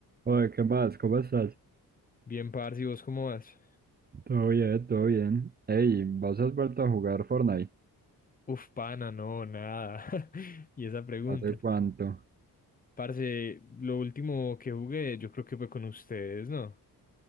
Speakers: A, on the right; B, on the left.
A: Oye, ¿qué más? ¿Cómo estás?
B: Bien, parce, ¿y vos cómo vas?
A: Todo bien, todo bien. Ey, ¿vos has vuelto a jugar Fortnite?
B: Uf, pana, no, nada. <laughs> Y esa pregunta.
A: ¿Hace cuánto?
B: Parce, lo último que jugué, yo creo que fue con ustedes, ¿no?